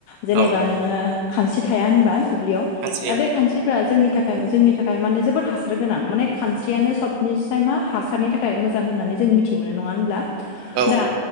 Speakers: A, on the left; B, on the right.
A: जेनेबा
B: औ
A: नोङो खानस्रि थाया होनबा ब्लियाव
B: खानस्रियाव
A: बे खानस्रिफ्रा जोंनि थाखाय जोंनि थाखाय माने जोबोद हासार गोनां माने खानस्रियानो सबनिसाय मा हासारनि थाखाय मोजां होननानै जों मिथि मोनो नङा होनब्ला
B: औ औ
A: दा